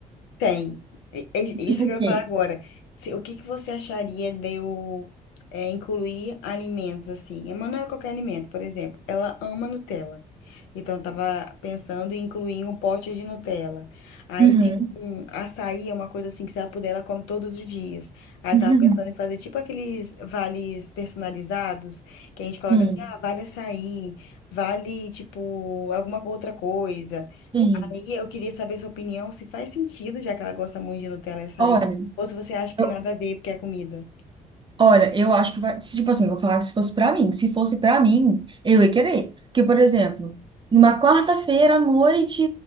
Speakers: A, on the left (about 65°); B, on the right (about 25°).
A: Tem. E- e-
B: Tipo
A: Isso que
B: o
A: eu ia
B: quê?
A: falar agora. Se- O que que você acharia de eu é, incluir alimentos assim? A Manu é qualquer alimento, por exemplo. Ela ama Nutella. Então, eu tava pensando em incluir um pote de Nutella. Aí
B: Uhum.
A: tem um açaí, é uma coisa assim que se ela puder, ela come todos os dias. Aí
B: <laughs>
A: eu tava pensando em fazer tipo aqueles vales personalizados, que a gente coloca
B: Sim,
A: assim, ah, vale açaí, vale tipo alguma outra coisa.
B: sim.
A: E eu queria saber sua opinião, se faz sentido, já que ela gosta muito de Nutella e açaí,
B: Olha,
A: ou se você acha que
B: eu,
A: nada a ver porque é comida.
B: Olha, eu acho que vai. se, Tipo assim, vou falar que se fosse pra mim. Se fosse pra mim, eu ia querer. Porque, por exemplo, numa quarta-feira à noite,